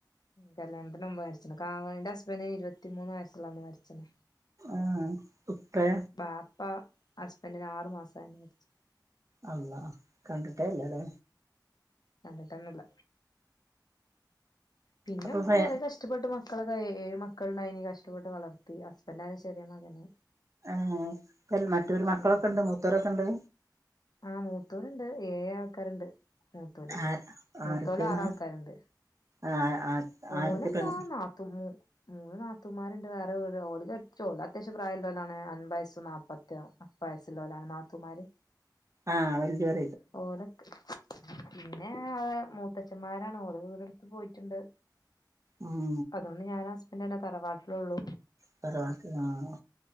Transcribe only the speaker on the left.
കല്യാണത്തിന്റെ മുമ്പെ മരിച്ച്ണ് കാ ന്റെ ഹസ്‌ബെന്റിനിരുപത്തിമൂന്ന് വയസ്സ്ള്ളപ്പോ മരിച്ച്ണ്.
ബാപ്പ ഹസ്‌ബെന്റിന് ആറ് മസായപ്പോ മരിച്ച്.
കണ്ടിട്ട്ന്നുല്ല പിന്നെമ്മ
കൊറേ കഷ്ടപ്പെട്ട് മക്ക് ക്കളൊക്കെ ഏഴ് മക്കള് ഇണ്ടായിനി കഷ്ടപ്പെട്ട് വളർത്തി ഹസ്ബെന്റ് ആണ് ചെറ്യേ മകന്
ഉം
ആ മൂത്തോര്ണ്ട്‌ ഏഴ് ആൾക്കാര്ണ്ട്‌ മൂത്തോര്
മൂത്തോല്
ആറാൾക്കാർ ണ്ട്‌
ഓലെന്താ
നാത്തൂമ് മൂന്ന് നാത്തൂമാർണ്ട്‌ വേറെ വീട് ഓലെക്കേൽപ്ച്ചോ ഒലത്യാവ്ശ്യം പ്രായല്ലോലാണ് അൻപയസ്സും നാപ്പത്തി അപ്പ <unintelligible> വയസ്സുല്ലോലാണ് നാത്തൂന്മാര്
ഓലൊക്കെ പിന്നേ മൂത്തച്ഛന്മാരാണ് ഓല് വീടെടുത്ത് പോയിറ്റുണ്ട്
അതോണ്ട് ഞാനും ഹസ്ബന്റെന്നെ തറവാ ത്രൊളു